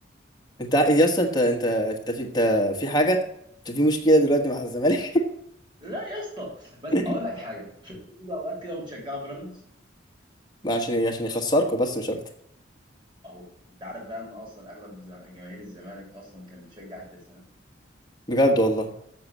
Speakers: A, on the left (about 20°); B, on the right (about 25°).
A: انت يا اسطى انت انت انت في انت في حاجه انت في مشكله دلوقتي مع الزمالك
B: لا يا اسطى بس
A: <laughs>
B: أقول لك حاجة مش أنتوا بتيجوا أوقات كده وتشجعوا بيراميدز
A: ما عشان عشان يخسركم بس مش اكتر
B: أهو أنت عارف بقى إن أصلا أغلب ز- جماهير الزمالك أصلا كان بتشجع الترسانة
A: بجد والله